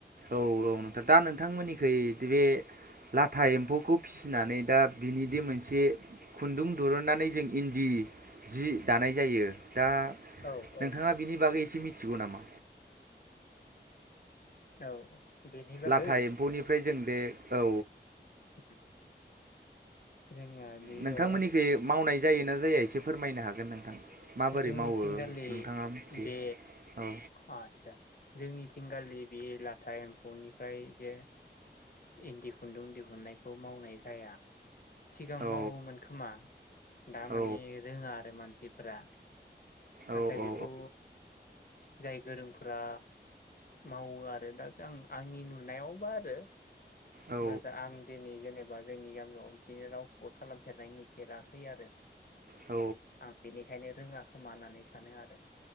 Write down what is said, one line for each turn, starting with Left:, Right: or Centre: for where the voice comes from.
Right: औ औ नोंथां दा नोंथांमोननिखै बे लाथा एम्फौखौ फिसिनानै दा बिनिदि मोनसे खुन्दुं दुरुननानै जों इन्दि जि दानाय जायो। दा
Left: औ
Right: नोंथाङा
Left: औ
Right: बिनि बागै एसे मिथिगौ नामा?
Left: औ बेनि बागै
Right: लाथा एम्फौनिफ्राय जों बे औ
Left: <unintelligible> जोंनिया बेयो
Right: नोंथांमोननिखै मावनाय जायोना जाया एसे फोरमायनो हागोन नोंथां, माबोरै
Left: जोंनिथिंगालि
Right: मावो नोंथाङा मिथियो
Left: बे
Right: औ
Left: आदसा जोंनि थिंगालि बियो लाथा एम्फौनिफ्राय जे इन्दि खुन्दुं दिहुननायखौ मावनाय जाया। सिगां
Right: औ
Left: मावोमोन खोमा दा माने
Right: औ
Left: रोङा आरो मानसि, फोरा
Right: औ
Left: नाथाय बेखौ,
Right: औ
Left: जाय गोरोंफोरा मावो आरो दा आं आंनि नुनायावबा आरो
Right: औ
Left: मोजां आं दिनै जेनेबा जोंनि गामियाव बिदिनो रावखौबो खालामफेरनाय नुफेराखै आरो
Right: औ
Left: आं बेनिखायनो रोङा खोमा होनानै सानो आरो